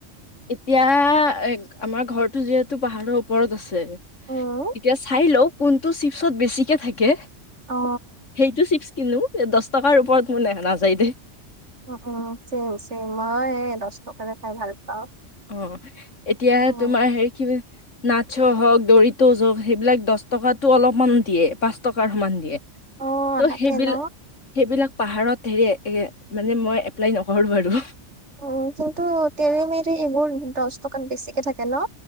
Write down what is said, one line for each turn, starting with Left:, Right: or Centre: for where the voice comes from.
Left: এতিয়া এ আমাৰ ঘৰৰতটো যিহেতু পাহাৰৰ ওপৰত আছে,
Right: উম
Left: এতিয়া চাই লও কোনটো চিপছত বেছিকে থাকে
Right: অ
Left: সেইটো চিপচ কিনো দহ টকাৰ ওপৰত মোৰ ন নাযায় দে
Right: উম উম চেম চেম মই এই দহ টকাটে খাই ভাল পাওঁ।
Left: অ এতিয়া
Right: উম
Left: তোমাৰ হেৰি কি নাচো হওঁক দৰিত হওক সেইবিলাক দহ টকাটো অলপমান দিয়ে পাঁচ টকাৰ সমান দিয়ে।
Right: অ
Left: ত'
Right: তাকে
Left: সেইবিলাক
Right: ন
Left: সেইবিলাক পাহাৰত হেৰি মানে মই এপ্লাই নকৰোঁ বাৰু।
Right: উ কিন্তু তেৰে মেৰে এইবোৰ দহ টকাত বেছিকে থাকে ন?